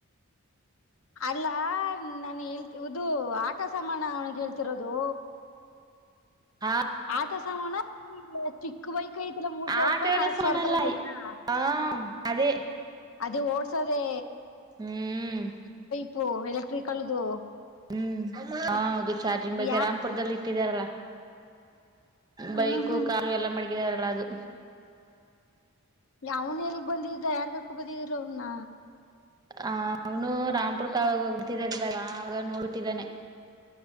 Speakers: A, on the left; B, on the right.
A: ಅಲ್ಲಾ ನಾನ್ ಹೇಳ್ತಿ ಉದು ಆಟ ಸಮಾಣ ಅವನಿಗ್ ಹೇಳ್ತಿರೋದು.
B: ಹಾ
A: ಆಟೋ ಸಾಮಾನ ಚಿಕ್ಕ ಬೈಕ ಐತಲ್ಲಾ ಮೂರ್ ಸಾವಿರ
B: ಆಟ
A: ರೂಪಾಯಿ
B: ಆಡ
A: ನಾಲ್ಕು
B: ಸಮಾಣಲ್ಲ
A: ಸಾವಿರ ರೂಪಾಯಿ ಇದ ಅದಾ
B: ಹಾ ಅದೇ
A: ಅದೇ ಓಡ್ಸೋದೆೇ
B: ಹ್ಮ್
A: ಪ್ಪ ಎಲೆಕ್ಟ್ರಿಕಲ್ದು
B: ಹ್ಮ್ ಆ ಅದು ಚಾರ್ಜಿಂಗ್ ಬಗ್ಗೆ
A: ಯಾ
B: ರಾಮ್ಪುರದಲ್ಲಿ ಇಟ್ಟಿದಾರಲ್ಲ
A: ಹ್ಮ್
B: ಬೈಕು
A: ಹ್ಮ್
B: ಕಾರು ಎಲ್ಲ ಮಡಗಿದಾರಲ್ಲ ಅದು
A: ಯಾವನ್ ಎಲ್ಗ್ ಬಂದಿದ್ದ ಯಾರ್ ಕಕ ಬಂದಿದ್ರು ಅವನ್ನ
B: ಆ ಅವನು ರಾಮ್ ಪುರ್ಕಾಗ ಹೋಗ ತಿರದಾಗ ಅವಾಗ ನೋಡ್ಟ್ಟಿದ್ದಾನೆ